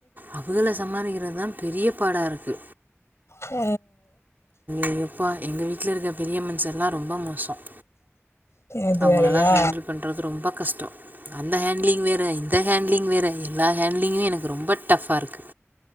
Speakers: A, on the right (about 45°); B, on the left (about 70°).
A: அவகள சமாதிக்கிறதுதா பெரிய பாடா இருக்கு
B: ஆ
A: எங்கப்பா எங்க வீட்ல இருக்க பெரிய மனுஷர்லாம் ரொம்ப மோசம்
B: இது
A: அவங்களல்லா
B: வேறயா
A: ஹேண்டில் பண்றது ரொம்ப கஷ்டம் அந்த ஹேண்ட்லிங் வேறு இந்த ஹேண்ட்லிங் வேறு எல்லா ஹேண்ட்லிங்கும் எனக்கு ரொம்ப டஃப்பா இருக்கு